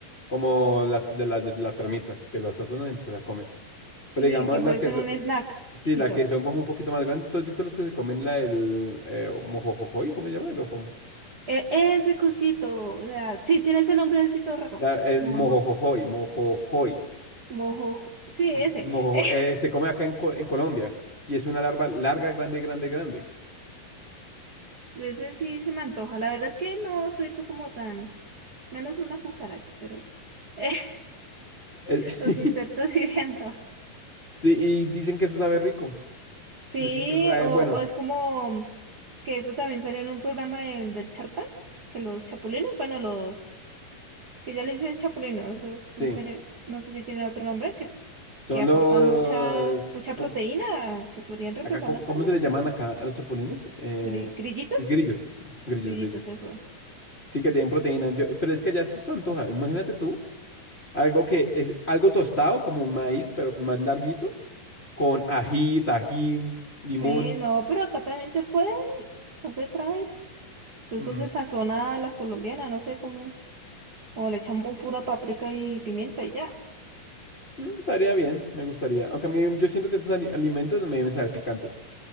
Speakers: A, on the left (about 30°); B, on the right (about 65°).
A: Como las de las de la termita, que las azulan y se la comen. Pero
B: sí,
A: digamos
B: que parecen
A: las que, so-
B: un snack
A: Sí,
B: chiquito.
A: la que son como un poquito más grandes. ¿Tú has visto los que se comen la del eh, mojojojoy? ¿Cómo se llama? El, ojo-
B: E- ese cosito, o sea, sí, tiene ese nombrecito raro.
A: la- el
B: Momo,
A: mojojojoy, mojojoy.
B: mojo, sí, ese.
A: M- mojojo-
B: <laughs>
A: eh, se come acá en, Co- en Colombia y es una larva larga, grande, grande, grande.
B: Ese sí se me antoja. La verdad es que no soy to- como tan, menos una cucaracha, pero <laughs>
A: Eh,
B: los
A: <laughs>
B: insectos sí siento
A: sí, y dicen que eso sabe rico.
B: Sí,
A: Dicen que eso sabe
B: o,
A: bueno.
B: o es como que eso también salió en un programa del del Charpa, que los chapulines, bueno, los que ya le dicen chapulines, o sea, no
A: Sí,
B: sé, no sé si tienen otro nombre, que,
A: son
B: que aportan
A: los...
B: mucha, mucha
A: com-
B: proteína, que podrían reemplazar
A: acá, ¿cómo,
B: la carne.
A: cómo se le llaman acá a los chapulines? Eh,
B: Gri- grillitos,
A: grillos, grillos,
B: grillitos,
A: grillos.
B: eso.
A: Sí, que tienen proteína. Yo, pero es que allá sí se eso antoja. Imagínate tú. Algo que es algo tostado, como maíz, pero más larguito, con ají, tajín, limón.
B: Sí, no, pero acá también se puede, no se trae, incluso
A: Mm,
B: se sazona a la colombiana, no sé cómo, o le echamos pura paprika y pimienta y ya.
A: mm, estaría bien, me gustaría. Aunque a mí yo siento que esos ali- alimentos me deben saber picantes.